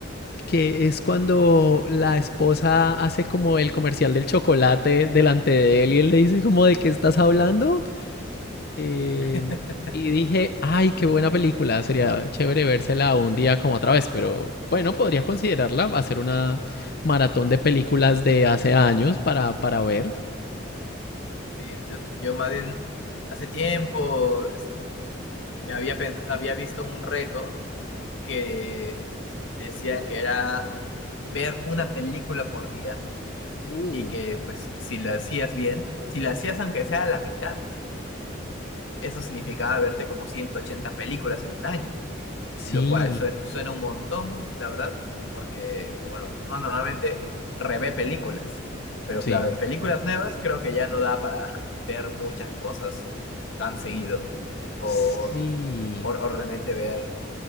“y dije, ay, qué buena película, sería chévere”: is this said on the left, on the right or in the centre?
Left